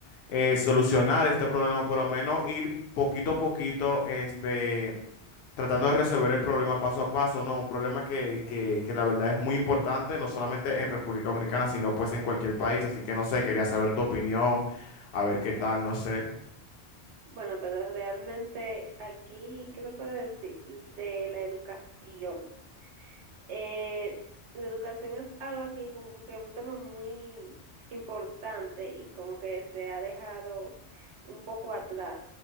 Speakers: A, on the left; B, on the right.
A: eh, solucionar este problema, por lo menos ir poquito a poquito, este, tratando de resolver el problema paso a paso, ¿no? Un problema que, que, que la verdad es muy importante, no solamente en República Dominicana, sino pues en cualquier país. Así que no sé, quería saber tu opinión, a ver qué tal, no sé.
B: Bueno, pero realmente aquí, ¿qué te puedo decir? De la educación. Eh, la educación es algo aquí como que un tema muy importante y como que se ha dejado un poco atrás.